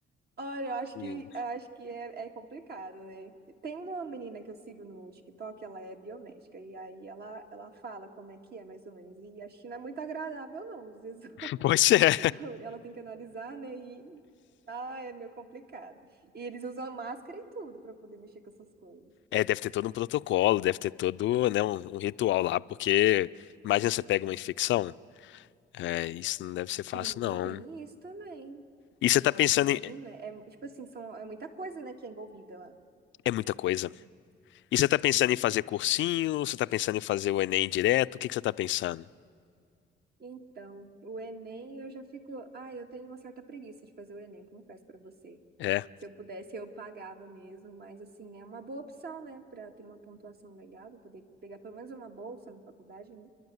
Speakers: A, on the right; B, on the left.
A: Olha, eu acho
B: <laughs>
A: que eu acho que é, é complicado, né? Tem uma menina que eu sigo no TikTok, ela é biomédica, e aí ela, ela fala como é que é, mais ou menos. E a China é muito agradável, não, os exames.
B: Pois
A: <laughs>
B: é.
A: Ela tem que analisar, né? E ah, é meio complicado. E eles usam máscara e tudo para poder mexer com essas coisas.
B: É, deve ter todo um protocolo, deve ter todo, né, um, um ritual lá,
A: Sim.
B: porque imagina você pega uma infecção. É, isso não deve ser fácil,
A: Sim,
B: não.
A: tem isso também.
B: E você
A: Nossa,
B: tá pensando
A: imagina.
B: em.
A: É, tipo assim, são, é muita coisa, né, que é envolvida lá.
B: É muita coisa. E você tá pensando em fazer cursinho? Você tá pensando em fazer o Enem direto? O que que você tá pensando?
A: Então, o Enem, eu já fico. Ah, eu tenho uma certa preguiça de fazer o Enem, confesso pra você.
B: É,
A: Se eu pudesse, eu pagava mesmo, mas assim, é uma boa opção, né, Pra ter uma pontuação legal, pra poder pegar pelo menos uma bolsa na faculdade, né?